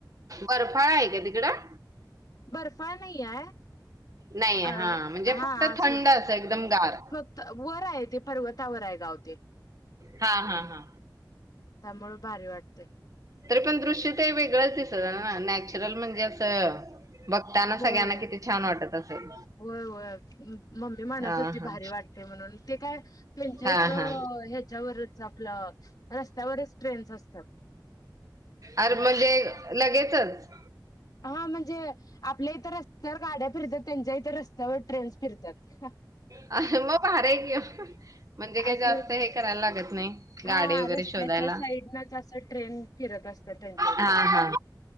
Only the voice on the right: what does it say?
बर्फाळ आहे का तिकडं?
नाही
हा म्हणजे
फक्त
थंड असं एकदम गार
हा. हा. हा.
तरी पण दृश्य ते वेगळंच <unintelligible> ना नॅचरल म्हणजे असं बघताना
सगळ्यांना किती छान वाटत असेल.
हा
हा
हा
हा
अर म्हणजे लगेचच.
अ मग बाारा आहे घेऊ म्हणजे काही
जास्त हे करायला लागत नाही. गाडी
वगैरे
शोधायला
हा हा.